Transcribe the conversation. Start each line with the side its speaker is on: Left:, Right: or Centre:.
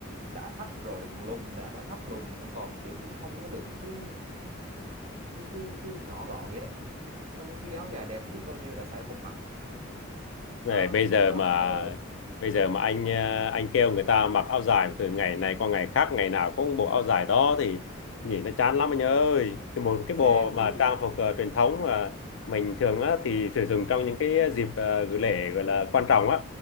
Right: đã thấp rồi lại còn lùn đã đã thấp lùn rồi mà còn kiểu như nó không có được cứ cứ cứ, cứ nhỏ gọn vậy đó trong khi áo dài đẹp biết bao nhiêu đã sao không mặc
Left: Này,
Right: đó
Left: bây giờ
Right: trời
Left: mà
Right: ơi
Left: bây giờ mà anh ờ, anh kêu người ta mặc áo dài từ ngày này qua ngày khác ngày nào cũng bộ áo dài đó thì nhìn nó chán lắm anh ơi thì một cái bộ
Right: chán
Left: mà
Right: gì
Left: trang phục ờ, truyền thống mà mình thường á, thì sử dụng trong những cái dịp ờ, gửi lễ gọi là quan trọng á